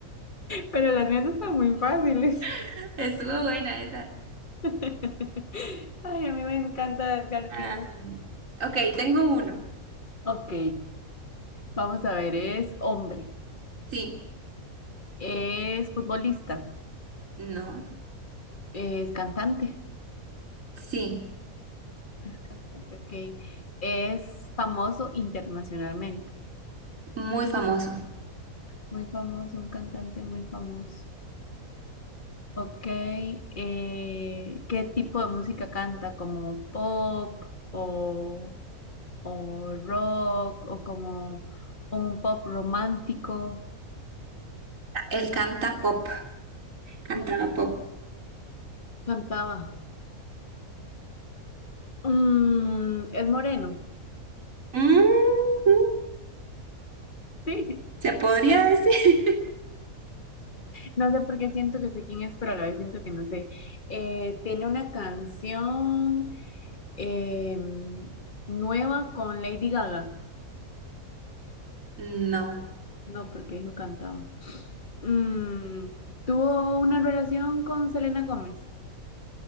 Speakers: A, on the left; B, on the right.
A: pero las mías están muy fáciles.
B: <laughs> Estuvo buena esa.
A: <laughs> Ay, a mí me encanta Edgar
B: Am,
A: Silva.
B: ok, tengo uno.
A: Ok, vamos a ver, es hombre,
B: Sí,
A: es futbolista,
B: no,
A: es cantante,
B: sí,
A: es cantante, ok, es famoso internacionalmente,
B: muy famoso.
A: muy famoso, un cantante muy famoso. Ok, eh, ¿qué tipo de música canta? ¿Como pop o, o rock o como un pop romántico?
B: Él canta pop, cantaba
A: No,
B: pop.
A: Cantaba. Mm, es moreno,
B: Mm,
A: <laughs> sí.
B: ¿se podría decir?
A: No sé por qué siento que sé quién es, pero a la vez siento que no sé. Eh, tiene una canción em, nueva con Lady Gaga.
B: <laughs> No.
A: No, porque yo cantaba. Mm, tuvo una relación con Selena Gómez.